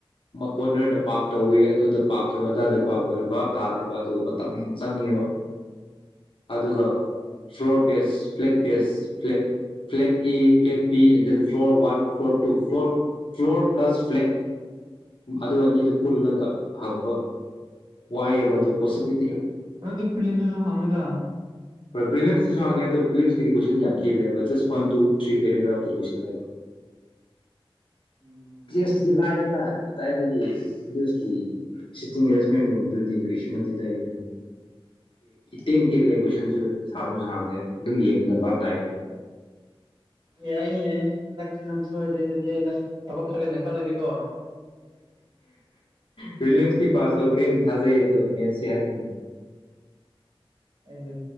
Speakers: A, on the left; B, on the right.
A: ꯀꯣꯔꯅꯔꯗ ꯄꯥꯔꯛ ꯇꯧꯋꯦ ꯑꯗꯨꯗ ꯄꯥꯔꯛꯛꯇꯣꯏꯕ ꯑꯗꯥꯏꯗ ꯄꯥꯔ ꯇꯧꯋꯦ ꯚꯕꯥꯞ ꯇꯥꯗꯦꯕ ꯑꯗꯨꯒ ꯃꯇꯝ ꯌꯥꯝ ꯆꯪꯉꯦꯕ ꯑꯗꯨꯒ floor base flat base flat flat A flat B and then floor one floor two floor floor plus flat ꯑꯗꯨ ꯑꯅꯤꯗꯨ ꯄꯨꯜꯂꯒ ꯍꯪꯕ ꯋꯥꯏꯑꯕ ꯑꯗꯨ ꯄꯣꯁꯤꯕꯤꯂꯤꯤ
B: ꯑꯗꯨꯗꯤ ꯐꯤꯂꯤꯝꯁꯤꯁꯨ ꯍꯪꯉꯦꯗ
A: ꯍꯣꯏ ꯄ꯭ꯔꯤꯂꯤꯝꯁꯇꯁꯨ ꯍꯪꯉꯦ ꯑꯗꯣ ꯄ꯭ꯔꯤꯂꯤꯝꯁꯀꯤꯗꯤ ꯀꯣꯏꯁꯟ ꯌꯥꯝ ꯇꯦꯜꯂꯦꯕ ꯖꯁ ꯋꯥꯟ ꯇꯨ ꯊ꯭ꯔꯤ ꯄꯦꯔꯥꯒ꯭ꯔꯥꯐꯇ ꯂꯣꯏꯁꯜꯂꯦꯕ
B: ꯎꯝ
A: ꯆꯦꯁꯇꯨꯗꯤ ꯂꯥꯛꯑꯦꯗ ꯀꯗꯥꯏꯗꯒꯤꯁꯀꯤ ꯁꯤꯇꯤꯡ ꯑꯦꯖꯁꯃꯦꯟꯒꯨꯝꯕꯗꯨꯗꯤ ꯀꯩꯁꯨ ꯅꯠꯇꯦꯗ ꯑꯩꯗꯃꯛꯇ ꯇꯦꯟ ꯇꯦꯜꯂꯦ ꯀꯣꯏꯁꯟꯁꯨ ꯁꯥꯡꯁꯨ ꯁꯥꯡꯗꯦ ꯑꯗꯨꯝ ꯌꯦꯡꯅꯕ ꯇꯥꯏꯌꯦꯕ
B: ꯑꯦ ꯑꯩꯌꯦꯦ ꯅꯪꯛꯇꯤ ꯅꯪ ꯁꯣꯏꯗꯣꯏꯗꯨꯗꯤ ꯑꯩ ꯅꯪ ꯊꯕꯛ ꯈꯜꯂꯦꯅ ꯈꯜꯂꯒꯦꯀꯣ
A: ꯔꯤꯂꯤꯝꯁꯇꯤ ꯄꯥꯁ ꯇꯧꯧꯕꯅꯦꯅ ꯊꯥꯖꯩ ꯑꯗꯣ ꯃꯦꯟꯁꯤ ꯍꯥꯏꯕ ꯉꯝꯗꯦ
B: ꯑꯩ